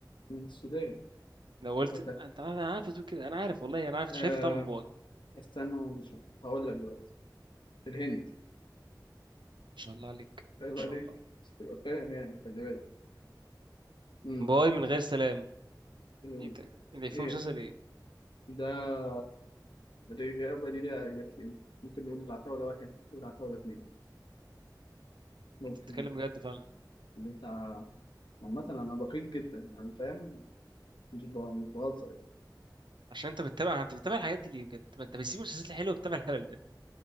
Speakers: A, on the left; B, on the right.
A: من السودان
B: لو قلت
A: فت-
B: انت عارف- انا عارف تقول كده انا عارف والله انا عارف
A: آه
B: شايف طعم بواقي
A: استنى مش هقول لك دلوقتي الهند
B: ما شاء الله عليك ما
A: عيب
B: شاء
A: عليك
B: الله
A: مش تبقى فاهم يعني خلي بالك
B: بواقي من غير سلام
A: مم.
B: ايه ده اللي فيه
A: ايه
B: مسلسل ايه
A: ده الإجابة دي ليها إجابتين ممكن نقول العتاولة واحد والعتاولة اتنين ممكن
B: انت بتتكلم
A: لا.
B: بجد فعلا
A: اللي أنت عامة أنا دقيق جدا يعني فاهم مش ب- مش بهزر يعني
B: عشان انت بتتابع انت بتتابع الحاجات دي ليه بجد ما انت بتسيب المسلسلات الحلوه بتتابع الهبل ده